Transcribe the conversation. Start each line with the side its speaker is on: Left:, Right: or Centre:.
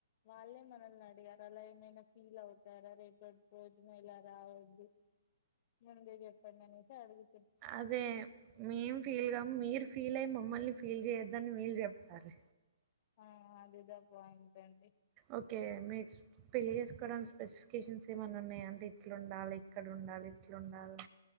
Left: వాళ్ళే మనల్ని అడిగారు అలా ఏమైనా ఫీల్ అవుతారా రేపటి రోజున ఇలా రావద్దు ముందే చెప్పండి అనేసి అడుగు
Right: అదే మేం ఫీల్ కాం మీరు ఫీల్ అయ్య మమ్మల్ని ఫీల్ చేయొద్దు అని విల్ చెప్తారు.
Left: ఆ అదిద పాయింట్ అండి
Right: ఒకే మీస్ పెళ్లి చేసుకోవడానికి స్పెసిఫికేషన్స్ ఏమన్న ఉన్నాయా అండి ఇట్ల ఉండాలి ఇక్కడ ఉండాలి ఇట్ల ఉండాలి